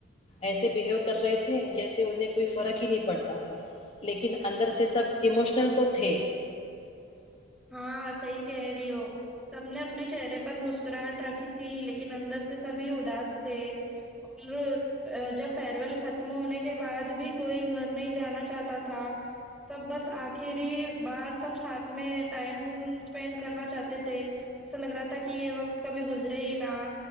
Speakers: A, on the left (about 30°); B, in the centre.
A: ایسے بہیو کر رہے تھے جیسے انہیں کوئی فرق ہی نہیں پڑتا ہے لیکن اندر سے سب ایموشنل تو تھے
B: ہاں صحی کہہ رہی ہو سب نے اپنے چہرے پر مسکراہٹ رکھی تھی لیکن اندر سے سبھی اداس تھے اور جب فیئر ویل ختم ہونے کے بعد بھی کوئی گھر نہیں جانا چاہتا تھا سب بس آخری ہی بار سب ساتھ میں ٹائم اسپینڈ کرنا چاہتے تھے جسا لگ رہا تھا کہ یہ وقت کبھی گزرے ہی نہا